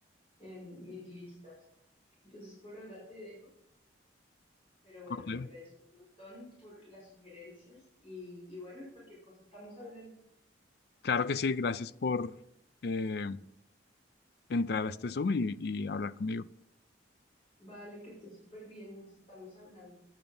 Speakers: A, on the left; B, on the left.
A: en mis listas. Entonces por ahora te dejo, pero bueno,
B: Ok.
A: te agradezco un montón por las sugerencias y, y bueno, y cualquier cosa estamos hablando.
B: Claro que sí, gracias por eh, entrar a este Zoom y y hablar conmigo.
A: Vale, que estés súper bien, nos estamos hablando.